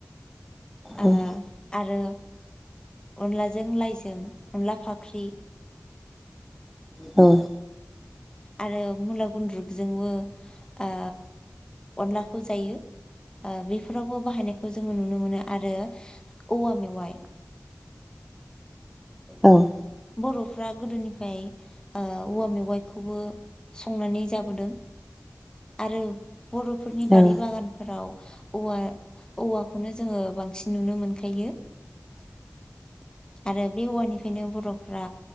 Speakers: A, on the left; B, in the centre.
A: ओ
B: औ
A: आरो अनलाजों लाइजों अनला फाख्रि।
B: औ
A: आरो मुला गुन्द्रुगजोंबो आ अनलाखौ जायो। ओ बेफोरावबो बाहायनायखौ जोङो नुनो मोनो आरो औव मेवाय।
B: ओं।
A: बर'फ्रा गोदोनिफ्राय ओ औवा मेवाइखौबो संनानै जाबोदों आरो बर'फोरनि
B: नोंथांनाव
A: बारि बागानफोराव औवा औवाखौनो जोङो बांसिन नुनो मोनखायो। आरो बे औवानिफ्रायनो बर'फ्रा